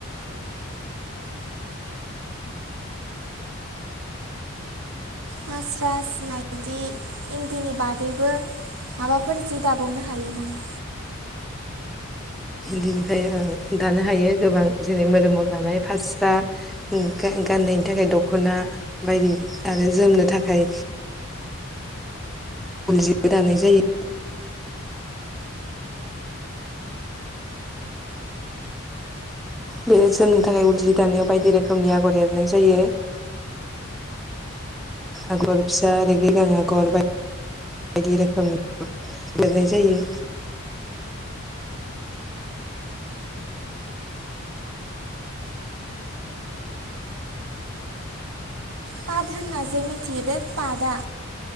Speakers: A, on the right; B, in the centre.
A: मास्रास मायदि इन्दिनि बादैबो माबाफोर जि दाबावनो हायो नामा?
B: बिनिफ्राय दानो हायो गोबां जेरै मोदोमाव लानाय फास्रा गाननायनि थाखाय दखना बायदि आरो जोमनो थाखाय उलजिबो दानाय जायो। बे जोमनो थाखाय उल जि दानायाव बायदि रोखोमनि आगर एरनाय जायो आगर ओ फिसा रेगे रेगां आगर बायदि रोखोमनि एरनाय जायो।
A: पाट होनना जे मिथियो बे पाटआ